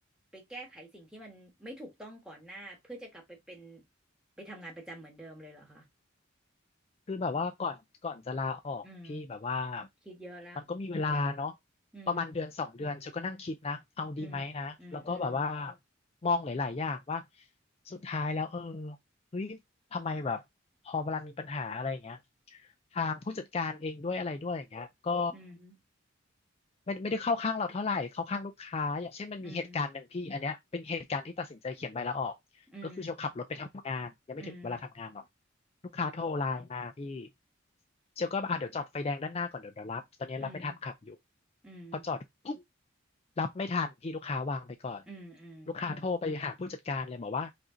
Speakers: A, in the centre; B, on the left (about 30°).
A: ไปแก้ไขสิ่งที่มันไม่ถูกต้องก่อนหน้าเพื่อจะกลับไปเป็นไปทำงานประจำเหมือนเดิมเลยเหรอคะ
B: คือแบบว่าก่อนก่อนจะลาออกพี่แบบว่า
A: อืมคิดเยอะละ
B: มันก็มีเวลาเนาะ
A: อืม
B: ประมาณเดือนสองเดือนฉันก็นั่งคิดนะเอาดีไหมนะแล้วก็แบบว่า
A: อืมอืมอืม
B: มองหลายๆอย่างว่าสุดท้ายแล้วเออเฮ้ยทำไมแบบพอเวลามีปัญหาอะไรอย่างเงี้ยทางผู้จัดการเองด้วยอะไรด้วยอย่างเงี้ยก็
A: อืม
B: ไม่ไม่ได้เข้าข้างเราเท่าไหร่เข้าข้างลูกค้าอย่างเช่นมันมีเหตุการณ์หนึ่งพี่อันเนี้ยเป็นเหตุการณ์ที่ตัดสินใจเขียนใบลาออกก็คือเชลขับรถไปทำงานยังไม่ถึงเวลาทำงานหรอก
A: อืมอืมอืม
B: ลูกค้าโทรไลน์มาพี่เชลก็อ่ะเดี๋ยวจอดไฟแดงด้านหน้าก่อนเดี๋ยวเดี๋ยวรับตอนนี้รับไม่ทันขับอยู่
A: อืมอืม
B: พอจอดปุ๊บรับไม่ทันพี่ลูกค้าวางไปก่อน
A: อืมอืม
B: ลูกค้าโทรไปหาผู้จัดการเลยบอกว่า